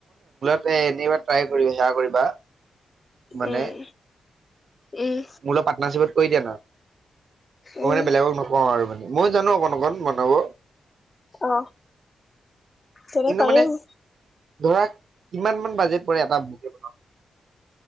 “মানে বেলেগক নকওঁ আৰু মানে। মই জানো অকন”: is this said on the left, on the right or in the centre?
Right